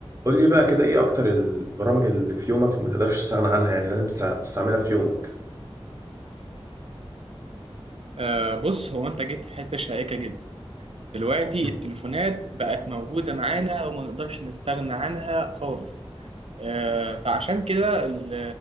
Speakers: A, on the right; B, on the right.
A: قول لي بقى كده ايه اكتر البرامج اللي في يومك ما تقدرش تستغنى عنها يعني لازم تسع- تستعملها في يومك
B: آه بص هو انت جيت في حته شائكه جدا دلوقتي
A: مم.
B: التليفونات بقت موجوده معانا وما نقدرش نستغنى عنها خالص آه فعشان كده ال-